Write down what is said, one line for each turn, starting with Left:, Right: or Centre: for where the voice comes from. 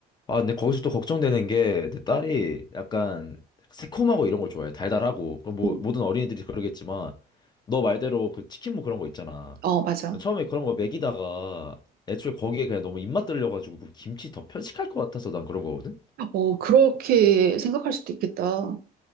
Left: 아, 근데 거기서 또 걱정되는 게 내 딸이 약간 새콤하고 이런 걸 좋아해. 달달하고. 그뭐
Right: 음,
Left: 모든 어린이들이 그러겠지만 너 말대로 그 치킨 무 그런 거 있잖아.
Right: 어, 맞아.
Left: 처음에 그런 거 먹이다가 애초에 거기에 그냥 너무 입맛 들려가지고 그 김치 더 편식할 것 같아서 난 그런 거거든.
Right: 어, 그렇게 생각할 수도 있겠다.